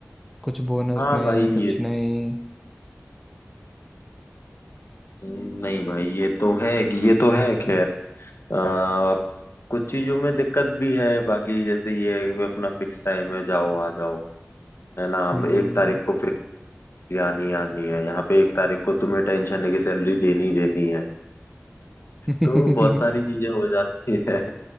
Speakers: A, in the centre; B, on the left.
A: कुछ बोनस
B: हाँ
A: नहीं
B: भाई
A: कुछ
B: ये
A: नहीं
B: नहीं भाई ये तो है कि ये तो है खैर अ, कुछ चीजों में दिक्कत भी है बाकी जैसे ये है कि अपना फिक्स टाइम है जाओ आ जाओ है ना हम
A: हम्म
B: एक तारीख को फिक्स आनी आनी है यहाँ पे एक तारीख को तुम्हें टेंशन है कि सैलरी देनी ही देनी है
A: <laughs>
B: तो बहुत सारी चीजें हो जाती है